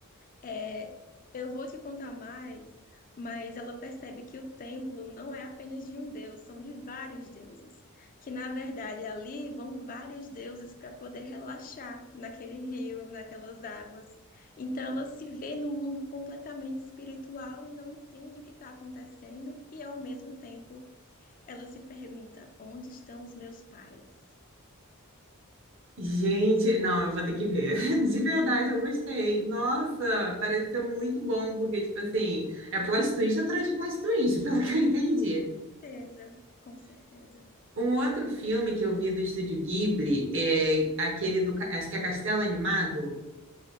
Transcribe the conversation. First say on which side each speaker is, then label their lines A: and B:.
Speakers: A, on the left; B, on the right.
A: É, eu vou te contar mais, mas ela percebe que o templo não é apenas de um deus, são de vários deuses. Que na verdade ali vão vários deuses para poder relaxar naquele rio, naquelas águas. Então ela se vê no mundo completamente espiritual e não entende o que está acontecendo, e ao mesmo tempo ela se pergunta: onde estão os meus pais?
B: Gente, não, eu vou ter que ver. <laughs> De verdade, eu gostei. Nossa, parece ser muito bom, porque, tipo assim, é plot twist atrás de plot twist, <laughs> pelo que eu entendi.
A: Certeza, com certeza.
B: Um outro filme que eu vi do Estúdio Ghibli é aquele do, ca- acho que é Castelo Animado.